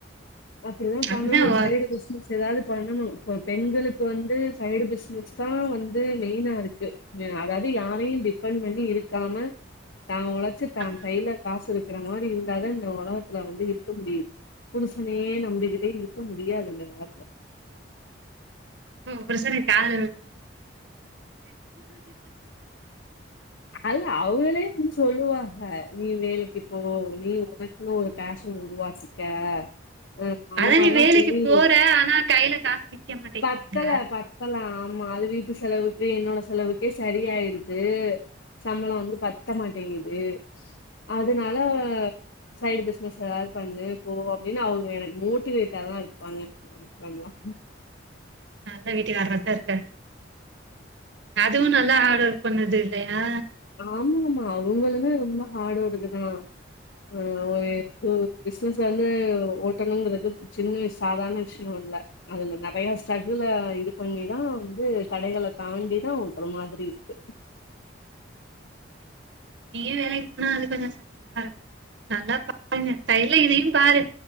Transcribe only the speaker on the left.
அப்படிதா
பண்ணணு
சைடு பிஸ்னஸ் எதாது பண்ணணு இப்ப பெண்களுக்கு வந்து சைடு பிஸ்னஸ் தா வந்து மெயினா இருக்கு அதாவது யாரையு டிபண்ட் பண்ணி இருக்காம தான் உழைச்சு
தான் கையில காசு இருக்கிற மாதிரி இருந்தாதான் இந்த உலகத்துல வந்து இருக்க முடியும் புடிசனையே நம்ட கிட்டே இருக்க முடியாது இந்த நேரத்துல
அல்ல அவங்களே ஒ சொல்லுவா ஆஹ நீ வேலைக்கு போ நீ உனக்குன்னு ஒரு பேஷன் உருவாக்கிக்க அஹ் அந்த
மாதிரல்லாம்
சொல்லி
பத்தல பத்தலாம் ஆமா அது வீட்டு செலவுக்கு என்னோட செலவுக்கே சரியாயிடுது சம்பளம் வந்து பத்த மாட்டேங்குது அதனால சைடு பிசினஸ் ஏதாவது பண்ணு போ அப்படின்னு அவங்க எனக்கு மோட்டிவேட்டாதான் இருப்பாங்க சொல்ல
ஆமா ஆமா அவங்கதான் ரொம்ப ஹார்டோடுதுதான் ஆஹ ஒரு இ பிசினஸ் வந்து ஓட்டணுங்கிறது சின்ன சாதாரண விஷயம் வ அதுல நிறைய ஸ்ட்ரகுள இது பண்ணிதான் வந்து கடைகளை தாண்டிதான் உடுற மாதிரி இருக்கு